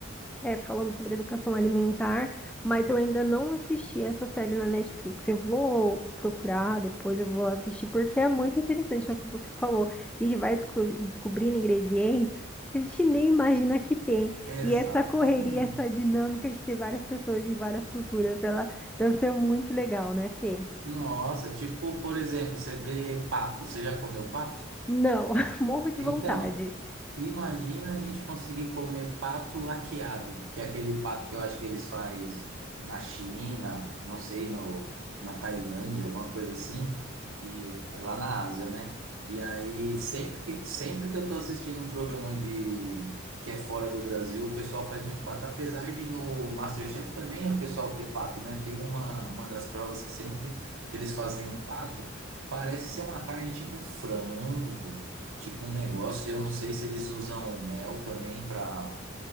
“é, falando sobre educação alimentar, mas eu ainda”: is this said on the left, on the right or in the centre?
Centre